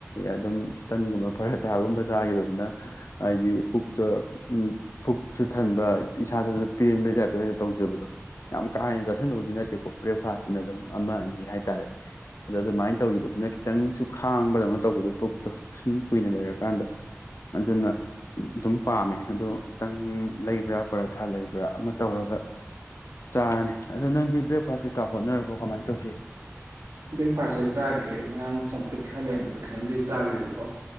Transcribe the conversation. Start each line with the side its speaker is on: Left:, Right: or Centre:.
Left: ꯑꯗꯨꯝ ꯇꯟꯒꯨꯝꯕ ꯐꯔ ꯊꯥꯒꯨꯝꯕ ꯆꯥꯈꯤꯕꯁꯤꯅ ꯍꯥꯏꯗꯤ ꯄꯨꯛꯇꯣ ꯎ ꯄꯨꯛꯁꯨ ꯊꯟꯕ ꯏꯁꯥꯗꯁꯨ ꯄꯦꯟꯕꯩ ꯇꯥꯏꯞꯇ ꯑꯣꯏꯅ ꯇꯧꯖꯕꯗꯣ ꯌꯥꯝ ꯀꯥ ꯍꯦꯟꯅ ꯆꯥꯥꯁꯟꯅꯨꯕꯗꯤ ꯅꯠꯇꯦꯀꯣ ꯕ꯭ꯔꯦꯛꯐꯥꯁꯁꯤꯅ ꯑꯗꯨꯝ ꯑꯃ ꯑꯅꯤ ꯍꯥꯏꯇꯥꯔꯦ ꯑꯗ ꯑꯗꯨꯃꯥꯏꯅ ꯇꯧꯈꯤꯕꯗꯨꯅ ꯈꯤꯇꯪꯁꯨ ꯈꯥꯡꯕꯗꯧꯅ ꯇꯧꯕꯗꯣ ꯄꯨꯛꯇꯣ ꯁꯨꯝ ꯀꯨꯏꯅ ꯂꯩꯔꯀꯥꯟꯗ ꯑꯗꯨꯅ ꯑꯗꯨꯝ ꯄꯥꯝꯃꯦ ꯑꯗꯣ ꯇꯪꯟ ꯂꯩꯕ꯭ꯔꯥ ꯄꯔꯥꯊꯥ ꯂꯩꯕ꯭ꯔꯥ ꯑꯃ ꯇꯧꯔꯒ ꯆꯥꯔꯅꯤ ꯑꯗꯣ ꯅꯪꯗꯤ ꯕ꯭ꯔꯦꯛꯐꯥꯁ ꯀꯩꯀꯥ ꯍꯣꯠꯅꯔꯕꯣ ꯀꯃꯥꯏꯅ ꯇꯧꯒꯦ
Right: ꯕ꯭ꯔꯦꯛꯐꯥꯁꯁꯦ ꯆꯥꯗ꯭ꯔꯦ ꯑꯔꯥꯡ ꯆꯝꯐꯨꯠ ꯈꯔ ꯂꯩꯔꯝꯃꯦ ꯑꯗꯣ ꯈꯤꯇꯪꯗꯤꯗꯤ ꯆꯥꯈ꯭ꯔꯦꯕꯀꯣ